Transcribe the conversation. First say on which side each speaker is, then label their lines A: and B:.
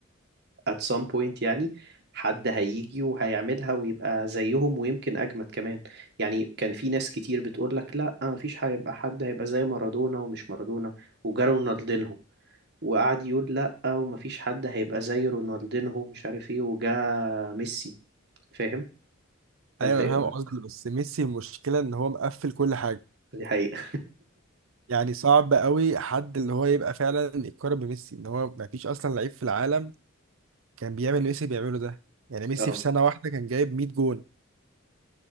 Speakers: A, on the right (about 55°); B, on the right (about 70°).
A: at some point يعني حد هيجي وهيعملها ويبقى زيهم ويمكن أجمد كمان يعني كان في ناس كتير بتقول لك لا مفيش هيبقى حد هيبقى زي مارادونا ومش مارادونا وجا رونالدينهو وقعد يقول لا ومفيش حد هيبقى زي رونالدينهو مش عارف ايه وجا ميسي فاهم فانت
B: ايوه
A: ايه
B: انا فاهم
A: رأيك
B: قصدي بس ميسي المشكله ان هو مقفل كل حاجه
A: دي حقيقة
B: يعني صعب قوي حد اللي هو يبقى فعلا يتقارن بميسي ان هو ما فيش اصلا لعيب في العالم كان بيعمل اللي ميسي بيعمله ده يعني ميسي
A: <laughs> اه
B: في سنه واحده كان جايب 100 جون